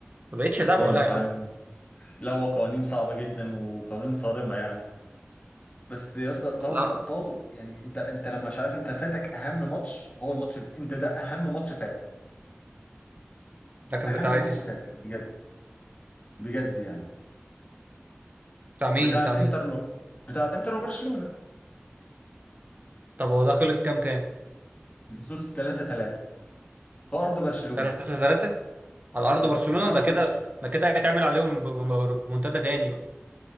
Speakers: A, on the right; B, on the left.
A: ما بقتش اتابعه
B: ايوه
A: لا
B: فعلا
A: يا عم
B: لا هو قوانين صعبه جدا وقوانين صارمه يعني بس يا اسطى دوري
A: لا
B: الابطال يعني انت انت لما مش عارف انت فاتك اهم ماتش هو الماتش اللي انت ده اهم ماتش فاتك
A: ده كان
B: اهم
A: بتاع
B: ماتش
A: ايه
B: فاتك بجد بجد يعني
A: بتاع مين
B: بتاع
A: بتاع
B: الانتر
A: مين
B: نو بتاع الانتر وبرشلونه
A: طب هو ده خلص كام كام
B: اللي خلص 3 3 في ارض برشلونه
A: 3 3 على ارض
B: اه
A: برشلونة
B: في ارض
A: ده كده
B: برشلونه
A: ده كده هيتعمل عليهم ب- ب- ريمونتادا تاني بقى